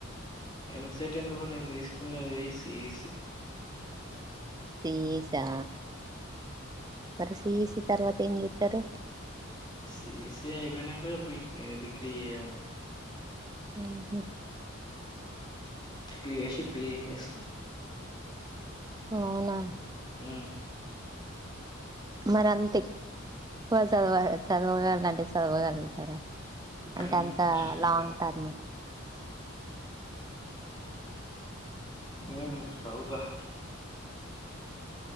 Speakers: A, on the left; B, on the right.
A: ఎంసెట్ ఎందుకు నేను తీసుకున్నది సిఈసి
B: సీసా మరి సిఈసి తర్వాత ఏం చెత్తరు
A: సిఈసీ అయిపోయినాక బీటీ డిగ్రీ చేయాల
B: ఉహు
A: బిఎస్సీ చేసి బిఏ చేసుకో
B: అవునా
A: ఉ
B: మరి అంత ఎక్కువ చదవ చదవగల అంటే చదవగలుగుత అంటే
A: ఉమ్
B: అంత
A: చదువుతా
B: లాంగ్ టర్మ్
A: ఉమ్ చదువుతా